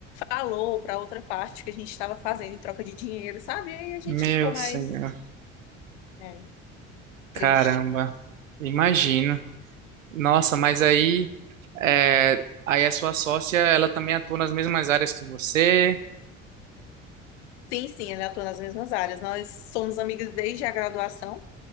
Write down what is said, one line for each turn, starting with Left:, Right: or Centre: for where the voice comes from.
Left: falou para outra parte que a gente estava fazendo em troca de dinheiro, sabe? E aí a gente
Right: meu
Left: ficou mais
Right: senhor.
Left: eh, triste.
Right: Caramba, imagino. Nossa, mas aí, é, aí a sua sócia, ela também atua nas mesmas áreas que você.
Left: Sim, sim, ele atua nas mesmas áreas. Nós somos amigas desde a graduação,